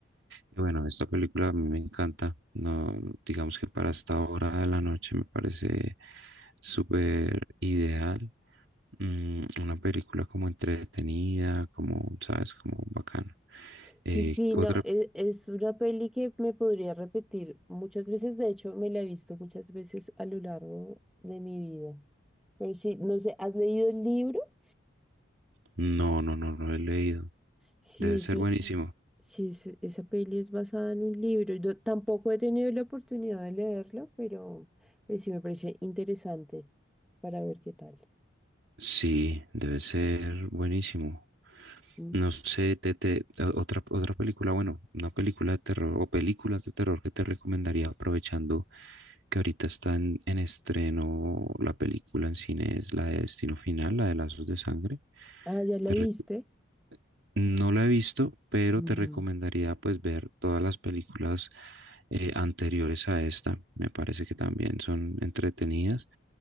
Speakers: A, on the right; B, in the centre.
A: Y bueno, esta película a mí me encanta. No, digamos que para esta hora de la noche me parece súper ideal. Mm, una película como entretenida, como, ¿sabes? Como bacana.
B: Sí,
A: Eh,
B: sí,
A: otra,
B: no, e- es, una peli que me podría repetir muchas veces, de hecho me la he visto muchas veces a lo largo de mi vida. Pero sí, no sé, ¿has leído el libro?
A: no, no, no, no lo he leído.
B: Sí,
A: Debe
B: es
A: ser
B: un-
A: buenísimo.
B: sí es- esa peli es basada en un libro. Yo tampoco he tenido la oportunidad de leerlo, pero, pero sí me parece interesante para ver qué tal.
A: Sí, debe ser buenísimo.
B: Mm.
A: No sé, te, te- o- otra, otra película, bueno, una película de terror o películas de terror que te recomendaría aprovechando que ahorita está en, en estreno la película en cine es la de Destino Final, la de Lazos de Sangre.
B: Ah, ¿ya la
A: Te
B: viste?
A: rec- no la he visto, pero
B: Ujú.
A: te recomendaría pues ver todas las películas eh, anteriores a esta. Me parece que también son entretenidas.